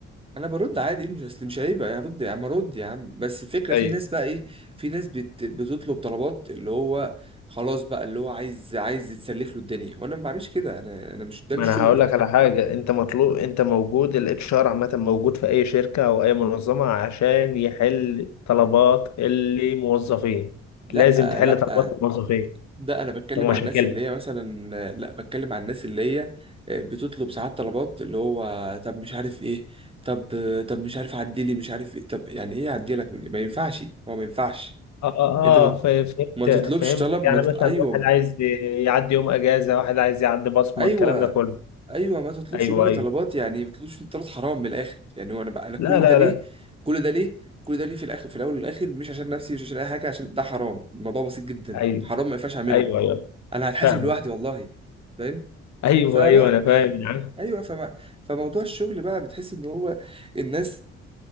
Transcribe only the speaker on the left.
ايوه
ما
انا
هقول لك على حاجه انت مطلوب انت موجود الاتش ار عامه موجود في اي شركه او اي منظمه عشان يحل طلبات الموظفين
لازم تحل
طلبات الموظفين
ومشاكلهم
اه اه
آه، ف- فهمت
فهمت
يعني
مثلا
واحد عايز يعدي يوم اجازه واحد عايز يعدي بصمه
الكلام ده كله
ايوه
ايوه
لا
لا
لا
ايوه
ايوه ايوه
فاهمه
ايوه
ايوه انا فاهم يا عم